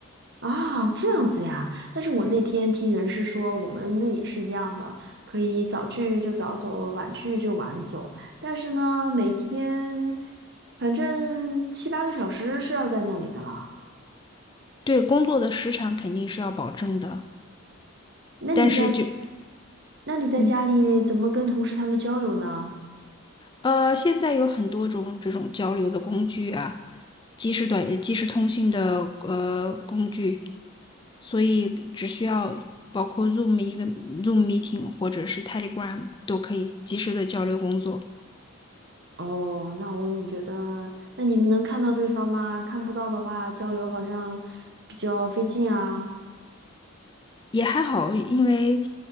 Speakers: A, on the right; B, on the left.
A: 啊，这样子呀。但是我那天听人事说，我们那也是一样的，可以早去就早走，晚去就晚走。但是呢，每天反正七八个小时是要在那里的了。
B: 对，工作的时长肯定是要保证的，
A: 那你在
B: 但是就
A: 那你在家里怎么跟同事他们交流呢？
B: 嗯。呃，现在有很多种这种交流的工具啊，即时短、即时通信的呃工具，所以只需要包括 Zoom 一个 Zoom meeting 或者是 Telegram 都可以及时的交流工作，
A: 哦，那我总觉得，那你们能看到对方吗？看不到的话，交流好像比较费劲啊。
B: 也还好，因为